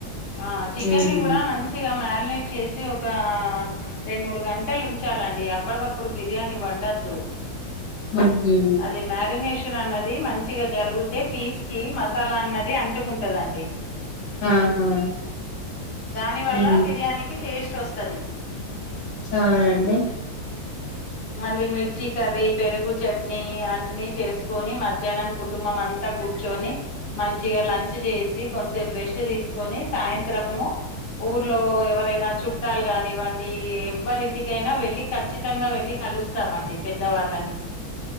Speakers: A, on the left (about 35°); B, on the left (about 70°).
A: ఆ చికెన్
B: ఉమ్
A: ని కూడా మంచిగా మార్ మాగ్నెట్ చేసి ఒక రెండు మూడు గంటలు ఉంచాలండి అప్పటికప్పుడు బిర్యానీ వండద్దు
B: ఊహూ
A: అది మ్యారినేషన్ అన్నది మంచిగా జరిగుతే పీస్ కి మ లన్నది అంటుకుంటదండి
B: ఆహా
A: దాని వల్ల
B: ఉమ్
A: బిర్యానీకి టేస్ట్ వస్తది
B: చాల్ అండి
A: మళ్ళీ మిర్చి కర్రీ పెరుగు చట్నీ అన్ని చేసుకొని మధ్యాహ్నం కుటుంబం అంతా కూర్చొని మంచిగా లంచ్ చ్ చేసి కొన్సెప్ రెస్ట్ చ తీసుకొని సాయంత్రము ఊర్లో ఎవరైనా చుట్టాలు కానివ్వండి ఎవరింటికైనా వెళ్ళి ఖచ్చితంగా వెళ్ళి కలుస్తామండి పెద్దవాళ్ళని